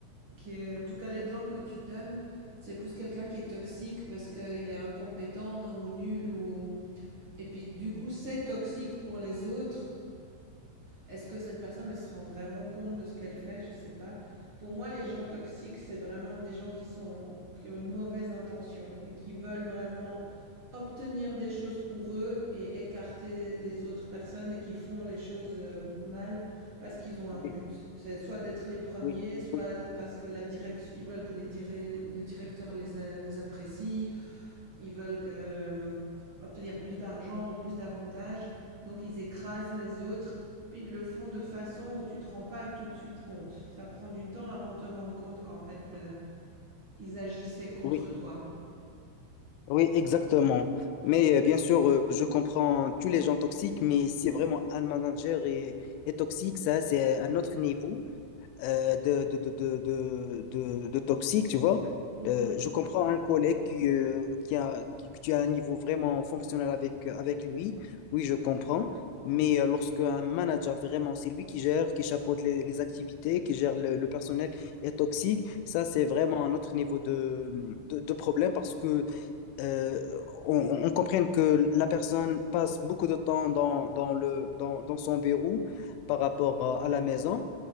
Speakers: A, on the right; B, on the left.
A: qui est, en tout cas l'exemple que tu donnes, c'est plus quelqu'un qui est toxique parce qu'il est incompétent ou nul ou... Et puis du coup, c'est toxique pour les autres. Est-ce que cette personne, elle se rend vraiment compte de ce qu'elle fait? Je sais pas. Pour moi, les gens toxiques, c'est vraiment des gens qui sont, qui ont une mauvaise intention et qui veulent vraiment obtenir des choses pour eux et écarter des autres personnes et qui font les choses euh, mal parce qu'ils ont un
B: Oui,
A: but. C'est soit d'être les premiers,
B: oui,
A: soit
B: oui,
A: parce que la direction, ils veulent que les, direc- les directeurs les, a- les apprécient, ils veulent que, hum, obtenir plus d'argent ou plus d'avantages, donc ils écrasent les autres, puis ils le font de façon où tu ne te rends pas tout de suite compte. Ça prend du temps avant de te rendre compte qu'en fait, euh, ils agissaient contre
B: oui.
A: toi.
B: Oui, exactement. Mais euh, bien sûr, euh, je comprends tous les gens toxiques, mais si vraiment un manager est, est toxique, ça, c'est un autre niveau euh, de, de, de, de, de, de- de toxique, tu vois.
A: Mhm.
B: Euh, je comprends un collègue qui, euh, qui a, qui, qui a un niveau vraiment fonctionnel avec, avec lui. Oui, je comprends. Mais euh, lorsque un manager, vraiment, c'est lui qui gère, qui chapeaute les, les activités, qui gère le, le personnel, est toxique, ça, c'est vraiment un autre niveau de, de, de problème parce que euh, on, on comprenne que la personne passe beaucoup de temps dans, dans le, dans, dans son bureau par rapport à, à la maison.